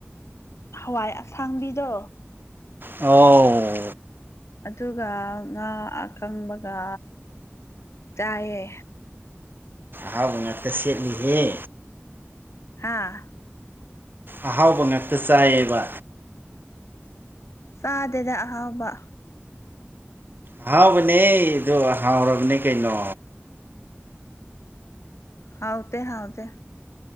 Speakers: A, on the left (about 85°); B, on the right (about 50°).
A: ꯍꯋꯥꯏ ꯑꯁꯥꯡꯕꯤꯗꯣ
B: ꯑꯣ
A: ꯑꯗꯨꯒ ꯉꯥ ꯑꯀꯪꯕꯒ ꯆꯥꯏꯌꯦ
B: ꯍꯥꯎꯕ ꯉꯠꯇ ꯁꯦꯠꯂꯤꯍꯦ
A: ꯍꯥꯥ
B: ꯑꯍꯥꯎꯕ ꯉꯥꯛꯇ ꯆꯥꯏꯌꯦꯕ
A: ꯆꯥꯗ‌ꯦꯗ ꯑꯍꯥꯎꯕ꯫
B: ꯑꯍꯥꯎꯕꯅꯦ ꯗꫭ ꯍꯥꯎꯔꯕꯅꯦ ꯀꯩꯅꯣ꯫
A: ꯍꯥꯎꯇ‌ꯦ ꯍꯥꯎꯗ‌ꯦ꯫